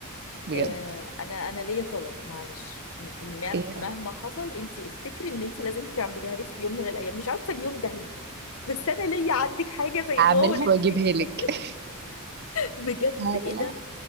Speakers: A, on the right; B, on the left.
A: بجد
B: آه، انا انا ليا طلب معلش م- م-
A: ايه
B: مهما حصل انت افتكري ان انت لازم تعمليها لي في يوم من الايام مش عارفه اليوم ده هيجي بس انا ليا عندك حاجه زي
A: هعملها
B: الواو اللي انت
A: واجيبها
B: <laughs>
A: لك
B: بجد
A: هذا
B: ايه ده
A: لا